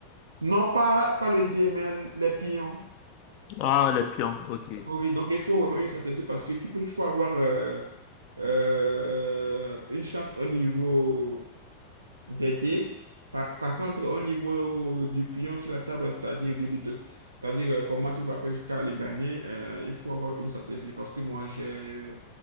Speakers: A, on the right (about 75°); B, on the left (about 45°).
A: Non, pas, pas le dé, mais les pions.
B: Ah, les pions, ok.
A: Oui, oui, donc il faut vraiment une stratégie parce que tu peux, il faut avoir euh, euh, une chance au niveau des dés. Par, par contre, au niveau du pion sur la table, c'est-à-dire du ludo, c'est-à-dire euh, comment tu vas faire jusqu'à les gagner, euh, il faut avoir une stratégie. Parce que moi, j'ai, euh,